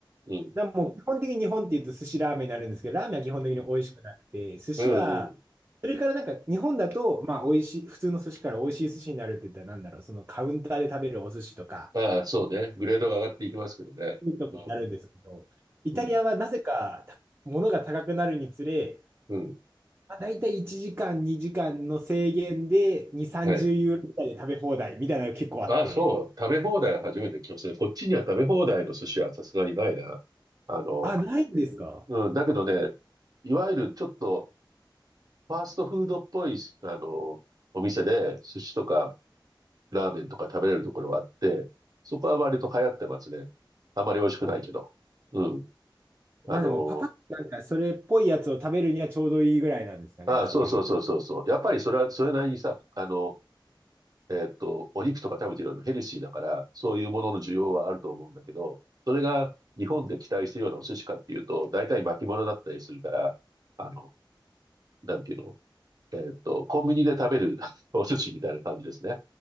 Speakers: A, on the right (about 50°); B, on the right (about 30°).
A: うん。
B: だもう基本的に日本って言うと寿司ラーメンになるんですけど、ラーメンは基本的に美味しくなくて、
A: うん。
B: 寿司は、
A: うんうん。
B: それからなんか日本だと、まあ美味しい、普通の寿司から美味しい寿司になるって言ったらなんだろう、そのカウンターで食べるお寿司とか、
A: ああ、そうね。グレードが上がっていきますけどね。
B: とかになるんですけど、
A: うん。
B: イタリアはなぜか、
A: うん。
B: た物が高くなるにつれ、
A: うん。
B: まあ、大体1時間、2時間の制限で2、30ユーロぐらいで食べ放題みたいなのが結構あって。
A: はい。ああ、そう。食べ放題は初めて聞きましたね。こっちには食べ放題の寿司はさすがにないな。あの、
B: あ、ないんですか
A: うん。だけどね、いわゆるちょっとファーストフードっぽい、あの、お店で寿司とかラーメンとか食べれるところはあって、そこは割と流行ってますね。あまり美味しくないけど。
B: あ、
A: うん。
B: まあでもパパッとなんかそれっぽいやつを食べるにはちょうどいいぐらいなんですかね、
A: あの、ああ、
B: そこら辺。
A: そうそうそうそうそう。やっぱりそれは、それなりにさ、あの、えーっと、お肉とか食べてるよりもヘルシーだから、そういうものの需要はあると思うんだけど、それが日本で期待してるようなお寿司かっていうと、大体巻物だったりするから、あの、なんていうのえーっと、コンビニで食べる <laughs> お寿司みたいな感じですね。